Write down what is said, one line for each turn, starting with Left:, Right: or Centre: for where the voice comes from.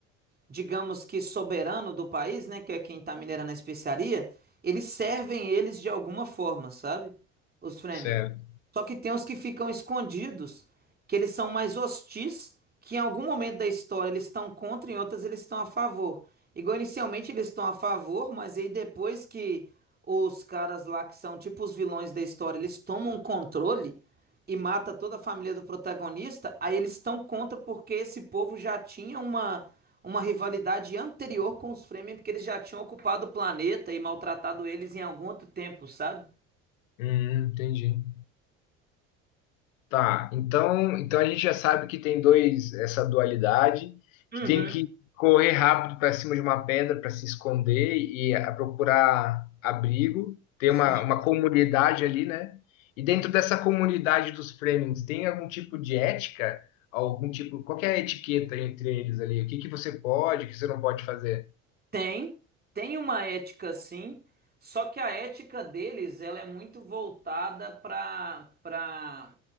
Right: digamos que soberano do país, né, que é quem está minerando a especiaria, eles servem eles de alguma forma, sabe? Os Fremen.
Left: Certo.
Right: Só que tem os que ficam escondidos, que eles são mais hostis, que em algum momento da história eles estão contra e em outras eles estão a favor. Igual inicialmente eles estão a favor, mas aí depois que os caras lá que são tipo os vilões da história, eles tomam controle, e mata toda a família do protagonista, aí eles estão contra porque esse povo já tinha uma, uma rivalidade anterior com os Fremen, porque eles já tinham ocupado o planeta e maltratado eles em algum outro tempo, sabe?
Left: Hum, entendi. Tá, então, então a gente já sabe que tem dois, essa dualidade,
Right: Uhum,
Left: que tem que correr rápido para cima de uma pedra para se esconder e a- procurar abrigo. Tem
Right: sim.
Left: uma, uma comunidade ali, né? E dentro dessa comunidade dos Fremen, tem algum tipo de ética? Algum tipo, qual que é a etiqueta entre eles ali? O que que você pode, o que você não pode fazer?
Right: Tem, tem uma ética sim, só que a ética deles, ela é muito voltada para para